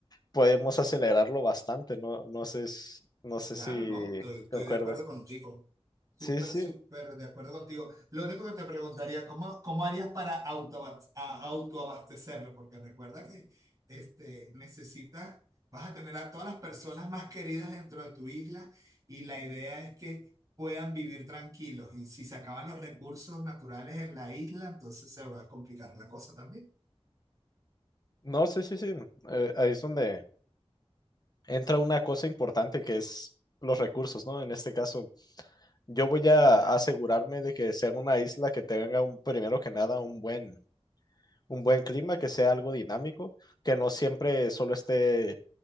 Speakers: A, on the left; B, on the right.
A: podemos acelerarlo bastante, ¿no? No sé, s- no sé
B: Claro,
A: si
B: no, estoy, estoy
A: concuerdas.
B: de acuerdo contigo. Súper,
A: Sí, sí, sí.
B: súper de acuerdo contigo. Lo único que te preguntaría, ¿cómo, cómo harías para autoabas- a- autoabastecerlo? Porque recuerda que este, necesitas, vas a tener a todas las personas más queridas dentro de tu isla y la idea es que puedan vivir tranquilos. Y si se acaban los recursos naturales en la isla, entonces se va a complicar la cosa también.
A: no, sí, sí, sí. Eh, ahí es donde entra una cosa importante que es los recursos, ¿no? En este caso. Yo voy a asegurarme de que sea una isla que tenga un, primero que nada un buen, un buen clima, que sea algo dinámico, que no siempre solo esté